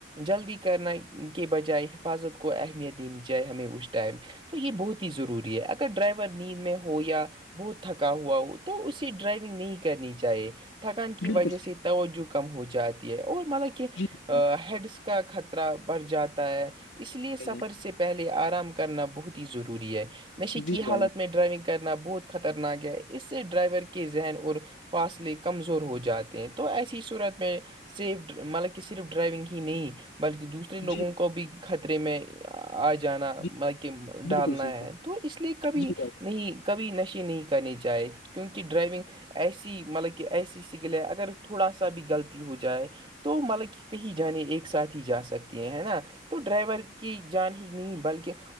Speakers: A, on the right; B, on the left.
A: جلدی کرنا کے بجائے حفاظت کو اہمیت دینی چاہے ہمیں اس ائم تو یہ بہت ہی ضروری ہے اگر ڈرائیور نیند میں ہو یا بہت تھکا ہوا ہو اسے ڈرائیونگ نہیں کرنی چاہیے تھکان کی
B: بالکل
A: وجہ سے توجہ کا کم ہو جاتی ہے اور مطلب کہ
B: جی بھائی
A: ہیڈس کا خطرہ بڑھ جاتا ہے اس لیے سفر
B: جان
A: سے پہلے آرام کرنا بہت ہی ضروری ہے نشے
B: جی
A: کی حالت
B: بھائی جان
A: میں ڈرائیونگ کرنا بہت خطرناک ہے اس سے ڈرائیور کے ذہن اور فاصلے کمزور ہو جاتے ہیں تو ایسی صورت میں سیف مطلب کہ صرف ڈرائیونگ ہی نہیں بلکہ دوسرے لوگوں
B: جی بھائی جان جی جی بھائی بالکل صحیح جی بھائی جان جی بھائی جان جی
A: کو بھی خطرے میں آ جانا
B: جی
A: مطل کہ ڈالنا
B: بالکل صحیح
A: ہے تو اس لیے کبھی
B: بھائی، جی بھائی
A: نہیں کبھی نشے نہیں کرنی چاہے کیونکہ ڈرائیونگ ایسی مطلب کہ ایسی سگلیں اگر تھوڑا سا بھی غلطی ہو جائے تو مطلب کہ کہیں جانے ایک ساتھ ہی جا سکتی ہیں ہے نا تو ڈرائیور کی جان ہی نہیں بلکہ